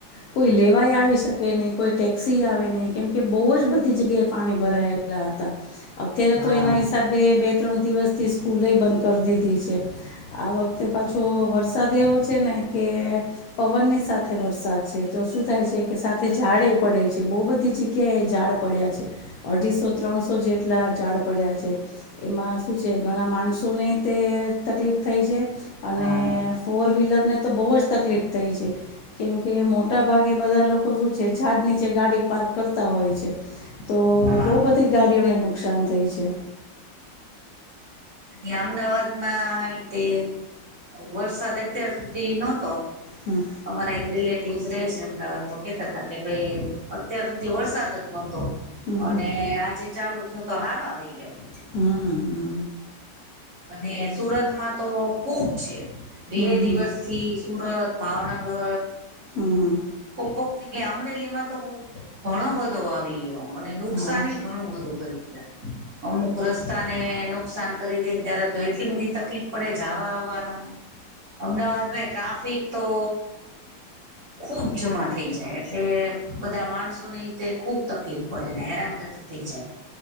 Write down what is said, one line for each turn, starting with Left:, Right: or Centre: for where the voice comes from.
Left: કોઈ લેવાઈ આવી શકે નહીં કોઈ ટેક્સી આવે નહી કેમકે બહુ જ બધી જગ્યાએ પાણી ભરાયેલ અત્યારે
Right: હા
Left: તો એના હિસાબે બે ત્રણ દિવસથી સ્કૂલે બંધ કરી દીધી છે. આ વખતે પાછો વરસાદ એવો છે ને કે પવનની સાથે વરસાદ છે તો શું થાય છે કે સાથે ઝાડે પડે છે બહુ બધી જગ્યા ઝાડ પડ્યા છે અઢીસો ત્રણસો જેટલા ઝાડ પડ્યા છે એમાં શું છે ઘણા માણસોને તે તકલીફ થાય છે. અને
Right: હા
Left: ફોર વ્હીલરને તો બહુ જ તકલીફ થઈ છે. કેમકે મોટા ભાગે બધા લોકો શું છે ઝાડ નીચે ગાડી પાર્ક કરતા હોય છે. તો
Right: હા
Left: બહુ બધી ગાડીઓને નુકસાન થઈ છે.
Right: અહં અમદાવાદમાં તે વરસાદ અત્યાર સુધી નહતો.
Left: હા
Right: અમારા એક રિલેટિવસ રહે છે અમદાવાદ તો કેતા હતા કે ભાઈ અત્યાર સુધી વરસાદ જ નતો.
Left: હમ
Right: અને
Left: હમ
Right: આજે ચાલુ થયો તો હારો આવી ગયો.
Left: હા હા
Right: અને સુરતમાં તો ખુબ છે બે
Left: હમ
Right: દિવસ
Left: હમ
Right: થી સુરત ભાવનગર
Left: હા હા
Right: કોકોક કે અમરેલી માં તો ઘણો બધો આવી ગયો. અને નુકસાન
Left: હા
Right: ઘણું બધું કરી ગયા અમુક રસ્તા ને નુકસાન કરી દે ત્યારે તો એટલી બધી તકલીફ પડે જવા આવવાનું અમદાવાદમાં એ ટ્રાફિક તો ખુબ જમા થઈ જાય એટલે બધા માણસોને તે ખુબ તકલીફ પડે ને હેરાન ગતી થઈ જાય